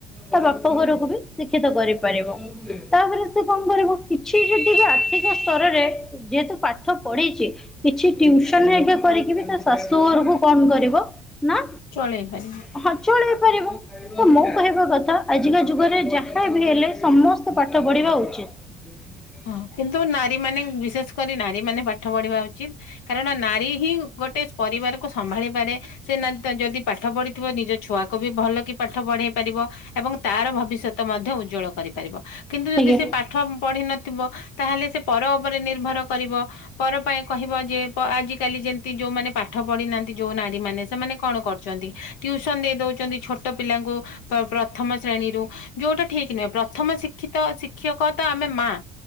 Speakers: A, in the centre; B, on the left.
A: ତା ବାପଘରକୁ ବି ଶିକ୍ଷିତ କରିପାରିବ। ତାପରେ ସେ କଣ କରିବ କିଛି ଯଦି ବି ଆର୍ଥିକ ସ୍ତରରେ ଯେହେତୁ ପାଠ ପଢିଚି କିଛି ଟଉସନ୍ ହେରିକା କରିକି ବି ତା ଶାଶୁଘରକୁ କଣ କରିବ ନା
B: ଚଳେଇ ପାରିବ।
A: ହଁ ଚଳେଇ ପାରିବ। ତ ମୋ କହିବା କଥା ଆଜିକା ଯୁଗରେ ଯାହାବି ହେଲେ ସମସ୍ତେ ପାଠ ପଢିବା ଉଚିତ। ପ୍ରୃଶମ
B: ହ କିନ୍ତୁ ନାରୀମାନେ ବିଶେଷ କରି ନାରୀ ମାନେ ପାଠ ପଢିବା ଉଚିତ କାରଣ ନାରୀ ହିଁ ଗୋଟେ ସ୍ ପରିବାରକୁ ସମ୍ଭାଳିପାରେ। ସେ ନା ତା ଯଦି ପାଠ ପଢିଥିବ ନିଜ ଛୁଆକୁ ବି ଭଲକି ପାଠ ପଢେଇ ପାରିବ ଏବଂ ତାର ଭବିଷ୍ୟ ତ ମଧ୍ୟ ଉଜ୍ବଳ କରିପାରିବ କିନ୍ତୁ ଯଦି
A: ଆଜ୍ଞା
B: ସେ ପାଠପଢି ନ ଥିବ ତାହେଲେ ସେ ପର ଓପରେ ନିର୍ଭର କରିବ ପର ପାଇଁ କହିବ ଯିଏ ପ ଆଜିକାଲି ଯେମତି ଯୋଉମାନେ ପାଠ ପଢିନାହା ଯୋଉ ନାରୀମାନେ ସେମାନେ କଣ କରୁଚନ୍ତି ଟ୍ୟୁସନ୍ ଦେଇ ଦୋଉଚନ୍ତି ଛୋଟ ପିଲାଙ୍କୁ ପ୍ର-ପ୍ରଥମ ଶ୍ରେଣୀରୁ ଯୋଉଟା ଠିକ ନୁହେଁ ପ୍ରଥମ ଶି କ୍ଷିତ ଶିକ୍ଷକ ତ ଆମେ ମାଆ